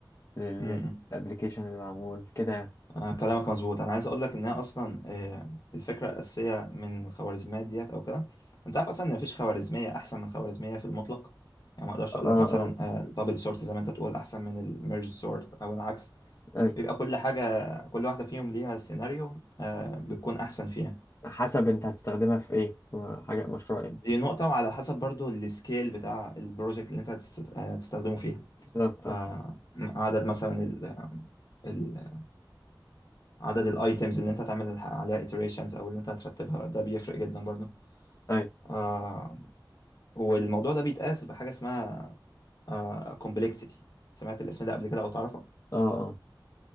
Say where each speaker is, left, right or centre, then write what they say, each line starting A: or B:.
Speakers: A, on the left; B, on the left.
A: للابلكيشن
B: مم، مم.
A: اللي معمول كده يعني
B: آه، كلامك مظبوط انا عايز اقول لك انها اصلا آه، الفكرة الأساسية من الخوارزميات ديت او كده انت عارف اصلا ان مفيش خوارزمية احسن من خوارزمية في المطلق يعني ما اقدرش
A: اه
B: اقول لك مثلا
A: اه
B: آه، البابل سورت زي ما انت تقول احسن من الميرج سورت او العكس
A: اي
B: بيبقى كل حاجة كل واحدة فيهم ليها سيناريو آه، بتكون أحسن فيها
A: حسب انت هتستخدمها في ايه حاجه مشروع ايه
B: دي نقطة وعلى حسب برضو السكيل بتاع البروجكت اللي أنت هتست- آه، هتستخدمه فيها
A: بالظبط
B: آه،
A: اه
B: عدد مثلا ال ال- عدد الايتمز اللي انت هتعمل الح- عليها iterations او اللي انت هترتبها ده بيفرق جدا برضو
A: اي
B: آه والموضوع ده بيتقاس بحاجة اسمها آه complexity سمعت الاسم ده قبل كده او تعرفه
A: اه اه